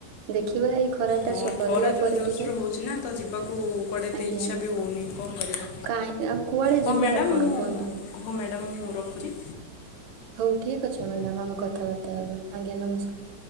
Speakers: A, on the right (about 80°); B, on the left (about 75°).
A: ଦେଖିବା ଏଇ ଖରା ଟା
B: ହଁ
A: ସରିଲା
B: ଖରା ଯେଉଁ
A: ପରେ
B: ଜୋର
A: ଟିକେ
B: ସୋର ରେ ହେଉଛି ନା ତ ଯିବାକୁ କୁଆଡ଼େ ଏତେ
A: ଆଜ୍ଞା।
B: ଇଚ୍ଛା ବି ହଉନି କଣ କରିବା।
A: କାଇଁ ଆଉ କୁଆଡେ
B: ହଁ
A: ଯିବେ
B: ମ୍ୟାଡ଼ାମ୍
A: ଆପଣ
B: ମୁଁ
A: କୁହନ୍ତୁ ନା।
B: ହଉ ମ୍ୟାଡ଼ାମ୍ ମୁଁ ରଖୁଚି।
A: ହଉ ଠିକ୍ ଅଛି ମ୍ୟାଡମ ଆମେ କଥାବାର୍ତ୍ତା ହବା ଆଜ୍ଞା ନମସ୍କାର।